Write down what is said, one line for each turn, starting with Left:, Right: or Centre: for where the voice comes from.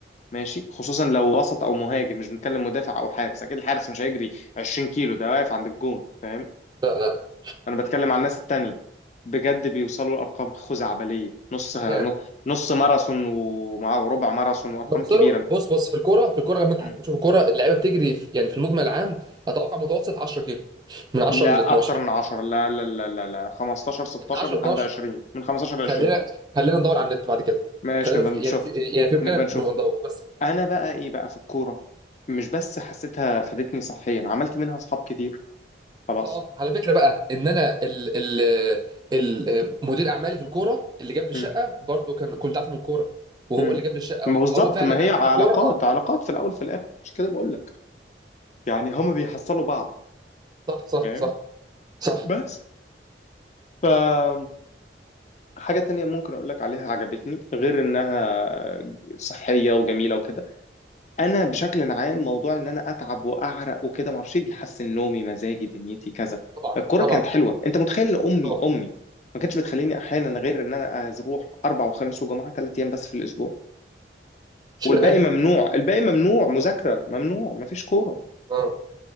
Left: ماشي خصوصا لو وسط او مهاجم مش بنتكلم مدافع او حارس اكيد الحارس مش هيجري 20 كيلو ده واقف عند الجون فاهم
Right: لا لا
Left: انا بتكلم على الناس التانية بجد بيوصلوا لارقام خزعبلية نص
Right: نعم
Left: نص ماراثون ومع وربع ماراثون وارقام
Right: هما بيصيروا
Left: كبيرة
Right: بص بص في الكوره في الكوره لما انت
Left: م.
Right: حتى بتشوف الكوره اللعيبه بتجري في يعني في المجمل العام اتوقع متوسط 10 كيلو من 10
Left: لا
Right: ل 12
Left: اكتر من 10 لا لا لا لا لا 15 16
Right: من 10
Left: لحد
Right: ل 12
Left: 20 من 15 ل 20
Right: خلينا خلينا ندور على النت بعد كده
Left: ماشي
Right: خلينا
Left: نبقى
Right: في
Left: نشوف
Right: يعني في يعني في امكانيه
Left: نبقى نشوف
Right: نبقى ندور بس
Left: انا بقى ايه بقى في الكوره مش بس حسيتها فادتني صحيا عملت منها اصحاب كتير خلاص
Right: اه على فكره بقى ان انا ال ال ال مدير اعمالي في الكوره اللي جاب لي الشقه
Left: مم.
Right: برضه كان كنت عارفه من الكوره وهو
Left: مم.
Right: اللي جاب لي الشقه
Left: ما بالظبط
Right: فهو فعلا
Left: ما هي
Right: علاقات
Left: علاقات
Right: الكوره اه
Left: علاقات في الاول في الاخر مش كده بقول لك يعني هما بيحصلوا بعض
Right: صح صح
Left: فاهم
Right: صح صح
Left: بس ف حاجة تانية ممكن أقول لك عليها عجبتني غير إنها صحية وجميلة وكده انا بشكل عام موضوع ان انا اتعب واعرق وكده ما اعرفش إيه، بيحسن نومي مزاجي دنيتي كذا
Right: طبعا
Left: الكوره
Right: طبعا
Left: كانت حلوه انت متخيل ان امي
Right: طبعا
Left: امي ما كانتش بتخليني احيانا غير ان انا أز- اروح اربع وخميس وجمعه ثلاث ايام بس في الاسبوع
Right: اشمعنى
Left: والباقي ممنوع الباقي ممنوع مذاكره ممنوع ما فيش كوره
Right: اه